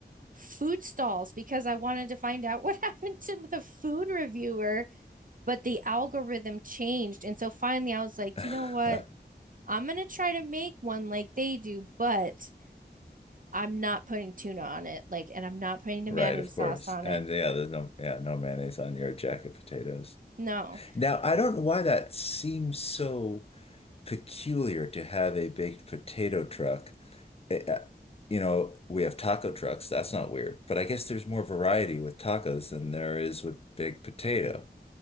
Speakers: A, on the right (about 50°); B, on the left (about 35°).
A: food stalls because I wanted to find out <laughs> what happened to the food reviewer, but the algorithm changed. And so finally I was like,
B: <laughs>
A: you know what? I'm going to try to make one like they do, but I'm not putting tuna on it. Like, and I'm not putting the
B: Right,
A: mayonnaise
B: of
A: sauce
B: course.
A: on
B: And
A: it.
B: yeah, there's no yeah, no mayonnaise on your jacket potatoes.
A: No.
B: Now, I don't know why that seems so peculiar to have a baked potato truck. it, uh, you know, we have taco trucks. That's not weird. But I guess there's more variety with tacos than there is with big potato.